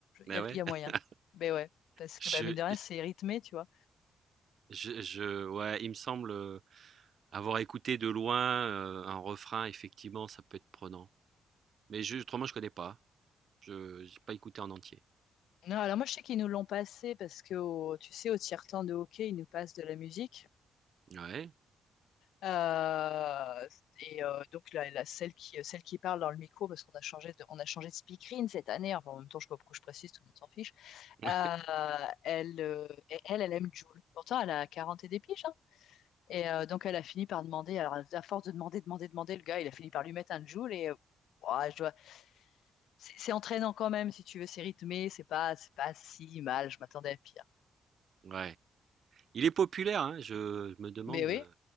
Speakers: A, on the left (about 85°); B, on the right (about 60°).
A: il
B: Mais
A: y a,
B: ouais.
A: y a moyen.
B: <laughs>
A: Mais ouais, parce
B: Je,
A: que bah, mine de rien, c'est rythmé, tu vois.
B: Je, je, ouais, il me semble euh, avoir écouté de loin euh, un refrain, effectivement, ça peut être prenant. Mais je, autrement, je connais pas. Je n'ai pas écouté en entier.
A: Non, alors moi, je sais qu'ils nous l'ont passé parce que, au- tu sais, au tiers-temps de hockey, ils nous passent de la musique.
B: Ouais,
A: Euh, et euh, donc la, la- celle qui, celle qui parle dans le micro, parce qu'on a changé de, on a changé de speakerine cette année. Enfin, en même temps, je sais pas pourquoi je précise, tout le monde s'en fiche.
B: <laughs>
A: Euh, elle, euh, et elle, elle aime Jules. Pourtant, elle a 40 et des piges. hein. Et euh, donc, elle a fini par demander. Alors, à force de demander, demander, demander, le gars, il a fini par lui mettre un Jules. Et euh, ouah, je dois- c'est c'est entraînant quand même, si tu veux. C'est rythmé. C'est pas, c'est pas si mal. Je m'attendais à pire.
B: ouais. Il est populaire, hein, je, je me demande.
A: Mais oui,
B: euh,